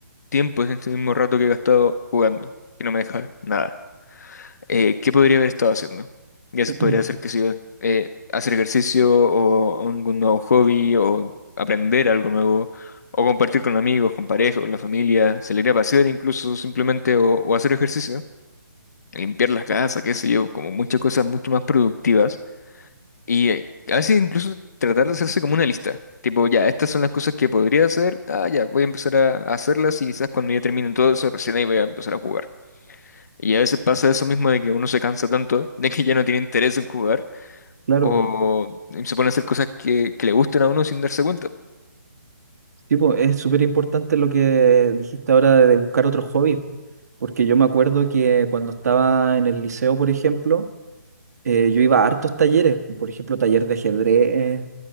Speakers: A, on the left; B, on the right.
A: tiempo, en este mismo rato que he gastado jugando, que no me deja nada, eh, ¿qué podría haber estado haciendo? Ya se
B: <clears throat>
A: podría hacer, que sé yo, eh, hacer ejercicio o algún nuevo hobby o aprender algo nuevo o compartir con amigos, con pareja, con la familia, salir a pasear incluso simplemente o, o hacer ejercicio, limpiar la casa, qué sé yo, como muchas cosas mucho más productivas y eh, a veces incluso tratar de hacerse como una lista. Tipo, ya, estas son las cosas que podría hacer. Ah, ya, voy a empezar a a hacerlas y quizás cuando ya terminen todo eso, recién ahí voy a empezar a jugar. Y a veces pasa eso mismo de que uno se cansa tanto, de que ya no tiene interés en jugar,
B: Claro.
A: o se pone a hacer cosas que, que le gusten a uno sin darse cuenta.
B: Sí, po, es súper importante lo que dijiste ahora de buscar otros hobbies, porque yo me acuerdo que cuando estaba en el liceo, por ejemplo, eh, yo iba a hartos talleres, por ejemplo, taller de ajedrez,